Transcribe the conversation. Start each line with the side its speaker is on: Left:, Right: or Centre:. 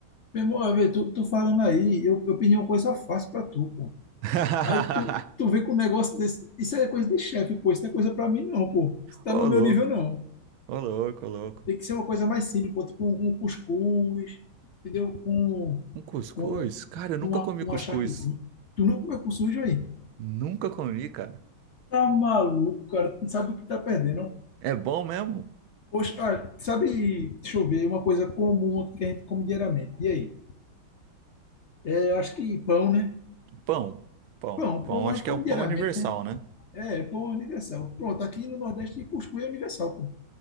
Left: meu irmão, vê, tu, tu falando aí, eu, eu pedi uma coisa fácil pra tu, pô.
Right: <laughs>
Left: Aí tu, tu vê com um negócio desse. Isso é coisa de chefe, pô. Isso não é coisa pra mim, não, pô. Isso tá
Right: Ô
Left: no meu
Right: louco,
Left: nível, não.
Right: ô louco, ô louco.
Left: Tem que ser uma coisa mais simples, pô. Tipo um, um cuscuz, entendeu? Um.
Right: Um cuscuz?
Left: com
Right: Cara, eu nunca
Left: uma,
Right: comi
Left: um
Right: cuscuz.
Left: achaquezinho. Tu não comeu com sujo aí?
Right: Nunca comi, cara.
Left: Tá maluco, cara? Tu não sabe o que tá perdendo.
Right: É bom mesmo?
Left: Poxa, ah, sabe, deixa eu ver, uma coisa comum que a gente come diariamente. E aí? É, acho que pão, né?
Right: Pão. Pão.
Left: Pão,
Right: Pão,
Left: pão
Right: acho
Left: a gente
Right: que
Left: come
Right: é um pão
Left: diariamente,
Right: universal,
Left: né?
Right: né?
Left: É, pão é universal. Pronto, aqui no Nordeste cuscuz é universal, pô.